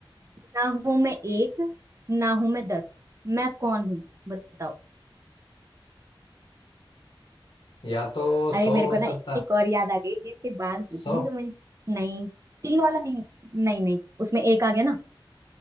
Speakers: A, on the right; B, on the left.
A: ना हूं मैं एक ना हूं मैं दस मैं कौन हूं बताओ
B: या तो
A: अरे
B: सौ
A: मेरे
B: हो
A: को ना
B: सकता
A: एक और याद आ गई अभी इसके बाद पूछूंगी
B: सौ
A: तुम्हें नहीं तीन वाला नहीं नहीं नहीं उसमें एक आ गया ना